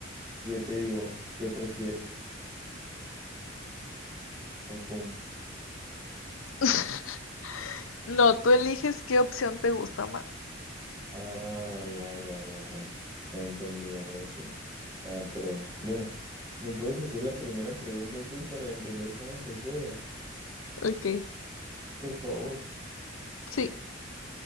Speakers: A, on the right; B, on the left.
A: y Yo te digo, ¿qué prefieres? ¿O cómo?
B: <laughs> No, tú eliges qué opción te gusta más.
A: Ah, ya, ya, ya, ya. Ya entendí, ahora sí. Ya, perdón. Bueno, ¿me puedes hacer la primera pregunta tú para entender cómo se juega?
B: Ok,
A: Por favor.
B: sí,